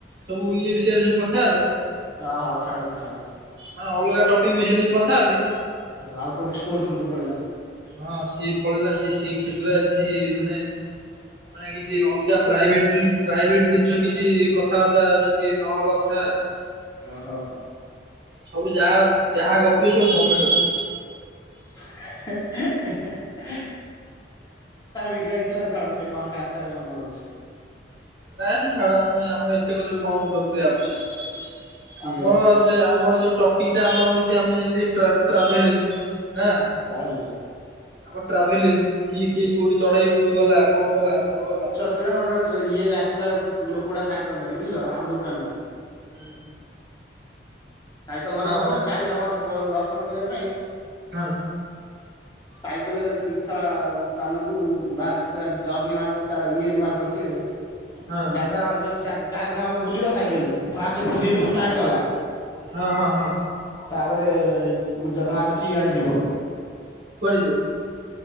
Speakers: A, on the right; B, on the left.
A: ସବୁ ଇଏ ବିଷୟରେ ସବୁ କଥା ହେଲେ
B: ହଁ ହଁ ଛାଡ ସେ ଛାଡ।
A: ମାନେ ଅଲଗା ଟପିକ୍ ବିଷୟରେ ଯଉ କଥା ହେଲେ
B: ଆଉଟ୍ ଅଫ୍ ସ୍କୋର୍ର୍ସ ପଳେଇଲା।
A: ହଁ ସିଏ ପଳିଲା ସିଏ ସିଏ ସେଗୁଡା ଅଛି ମାନେ
B: ହ <inaudible>
A: ମାନେ କିଛି ଅଲଗା ପ୍ରାଇଭେଟ୍ଲ୍ ପ୍ରାଇଭେଟ୍ ଜିନିଷ କିଛି କଥାବାର୍ତ୍ତା ଯେମିତି ନହେବା କଥା ଆଉ।
B: ଓ ହୋ ହୋ।
A: ସବୁ ଯାହା ଯାହା ଗପିବେ ସବୁ ଗର୍ମେଣ୍ଟ ଉପରେ।
B: <inaudible> ଅବିକା ଖାନ୍ ସାର୍ ର ଭିଡିଓ ହେଇଥିଲା ଛାଡ ସେ କଣ ଖାନ୍ ସାର୍ କଣ କରୁଛି।
A: ନାଇଁ ସେ ଛାଡ ଆମେ ଆମେ ଏତେ କଥାରୁ କଣ ମୁଣ୍ଡ ପୁରେଇବା ଆବଶ୍ୟକ,
B: ଠିକ
A: ଆମର
B: ଅଛି
A: ଯେ ଆମର ଯୋଉ ଟପିକ୍ ଟା ଆମର ହଉଛି ଆମ ଯେମିତି ଟ୍ରାଭେଲିଂ ହଁ।
B: ତାହେଲେ
A: ଆମ ଟ୍ରାଭେଲିଂ କିଏ କିଏ କୋଉଠି ଚଢେଇ କୋଉଠି ଗଲା କଣ ଗଲା ନ ଗଲା।
B: ହଁ ଗୋଟେ ଇଏ ଆସିଥିଲା ଲୋକଟା ସାଇକେଲ ଧରିକି ବୁଝିଲ ଆମ ଦୋକାନ କୁ।
A: ହୁଁ <inaudible>
B: ସାଇକଲ ମାନେ କଣ
A: କ
B: କହିଲ ଚାରିଧାମ ଦ ଦର୍ଶନ କରିବା ପାଇଁ
A: ହଁ।
B: ସାଇକେଲରେ ତୀର୍ଥ ସ୍ଥାନକୁ ବାହାରିଚି ପୁରା ଜର୍ନି ବାହାର କରି ତା ଇଏ ବାହାର କରିଚି ଆଉ।
A: ହଁ
B: ଯାତ୍ରା ମାର୍ଗ ଯୋଉ ଚାରି ଚାରି ଧାମ ବୁଲିବ ସାଇକେଲରେ। ଫାଷ୍ଟ ପୁରୀରୁୁ
A: ହୁଁ
B: ଷ୍ଟାର୍ଟ କଲା
A: ହଁ ହଁ ହଁ
B: ତାପରେ ଯ ଗୁଯ ବାହାରୁଚି ଇଆଡେ ଯିବ।
A: କୁଆଡେ ଯିବ?